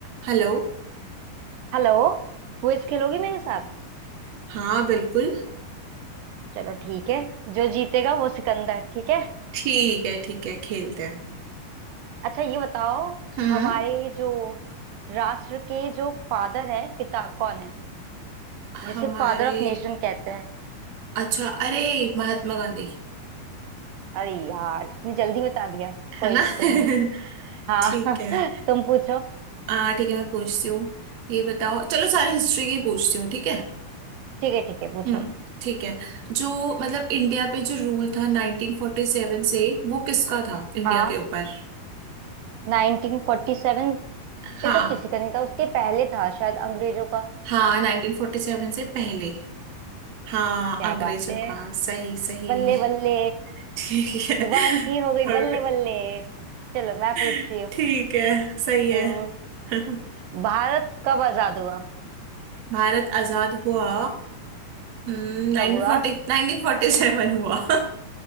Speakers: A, on the right; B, on the right.
A: Hello
B: हेलो क्विज खेलोगी मेरे साथ
A: हाँ बिल्कुल
B: चलो ठीक है जो जीतेगा वो सिकंदर ठीक है
A: ठीक है ठीक है खेलते हैं
B: अच्छा ये बताओ
A: हम्म
B: हमारे जो राष्ट्र के जो फादर हैं पिता कौन है
A: हमारे
B: जिसे फादर ऑफ नेशन कहते हैं
A: अच्छा अरे महात्मा गांधी
B: अरे यार इतनी जल्दी बता दिया कोई
A: है ना
B: नहीं कोई नहीं
A: <laughs>
B: हाँ
A: ठीक है
B: <laughs> तुम पूछो
A: आ ठीक है मैं पूछती हूँ ये बताओ चलो सारे हिस्ट्री की पूछती हूँ ठीक है
B: ठीक है ठीक है पूछो
A: हम्म ठीक है जो मतलब इंडिया पे जो रूल था 1947 से वो किसका था इंडिया
B: हाँ
A: के ऊपर
B: 1947
A: हाँ
B: पे तो किसी का नहीं था उसके पहले था शायद अंग्रेजों का
A: हाँ 1947 से पहले हाँ
B: क्या
A: अंग्रेजों
B: बात है
A: का सही सही
B: बल्ले बल्ले
A: ठीक है
B: जुबान की हो गई बल्ले
A: और
B: बल्ले चलो मैं पूछती
A: <laughs>
B: हूँ
A: ठीक है सही है
B: हम्म,
A: <laughs>
B: भारत कब आजाद हुआ
A: भारत आजाद हुआ नाइनटीन
B: कब हुआ
A: फोर्टी नाइनटीन फोर्टी सेवन हुआ <laughs>